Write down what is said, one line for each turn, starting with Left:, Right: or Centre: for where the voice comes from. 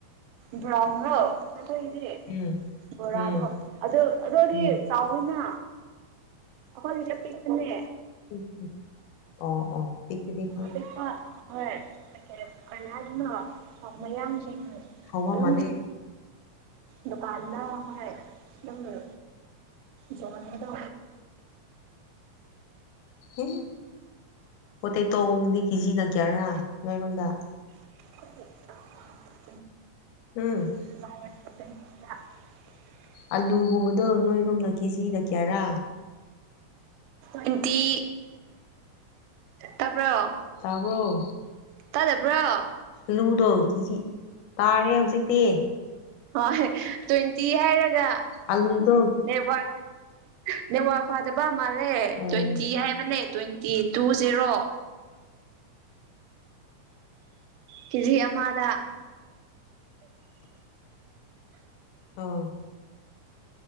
Right: ꯭ꯕꯔꯥꯎ ꯍꯥ ꯑꯇꯩꯒꯤꯗꯤ
Left: ꯎꯝ
Right: ꯕꯣꯔꯗꯣ
Left: ꯎꯝ
Right: ꯑꯗꯣ ꯑꯗꯨꯗꯤ
Left: ꯎꯝ
Right: ꯆꯥꯎꯅ ꯑꯈꯣꯏꯒꯤꯁꯦ ꯄꯤꯛꯄꯥꯅꯦ
Left: ꯎ ꯎ ꯑꯣ ꯑꯣ ꯄꯤꯛꯇꯨꯗꯤ
Right: ꯑꯗꯨꯒꯥ ꯍꯣꯏ ꯀꯩ ꯀꯩ ꯀꯩ ꯍꯥꯏꯗꯣꯏꯅꯣ ꯃꯌꯥꯡ ꯊꯦꯡꯉꯦ
Left: ꯍꯥꯎꯕ
Right: ꯑꯣ
Left: ꯃꯥꯜꯂꯦ
Right: ꯗꯨꯀꯥꯟꯗ ꯍꯥꯏ ꯗꯨꯝꯕ ꯖꯣꯟꯕꯗꯣ
Left: ꯑꯦ ꯄꯣꯇꯦꯇꯣꯒꯨꯝꯕꯗꯤ ꯀꯦꯖꯤꯅ ꯀꯤꯌꯥꯔꯥ ꯅꯣꯏꯔꯣꯝꯗ
Right: <unintelligible>
Left: ꯎꯝ
Right: <unintelligible>
Left: ꯑꯂꯨꯒꯨꯝꯕꯗꯣ ꯅꯣꯏꯔꯣꯝꯅ ꯀꯦꯖꯤꯗ ꯀꯌꯥꯔꯥ
Right: ꯅꯨꯡꯇꯤ ꯇꯥꯕꯔꯣ
Left: ꯇꯥꯕꯔꯣ
Right: ꯇꯥꯗꯕ꯭ꯔꯣ
Left: ꯑꯂꯨꯗꯣ ꯀꯦꯖꯤ ꯇꯥꯔꯦ ꯍꯧꯖꯤꯛꯇꯤ
Right: ꯍꯣꯏ ꯇ꯭ꯋꯦꯟꯇꯤ ꯍꯥꯏꯔꯒ
Left: ꯑꯂꯨꯗꯣ
Right: ꯕꯦꯛꯋꯥꯔꯗ ꯅꯦꯠꯋꯥꯛ ꯐꯗꯕꯥ ꯃꯥꯜꯂꯦ
Left: ꯑꯣ
Right: ꯇ꯭ꯋꯦꯟꯇꯤ ꯍꯥꯏꯕꯅꯦ ꯇ꯭ꯋꯦꯟꯇꯤ ꯇꯨ ꯖꯦꯔꯣ ꯀꯦꯖꯤ ꯑꯃꯥꯗꯥ
Left: ꯑꯃ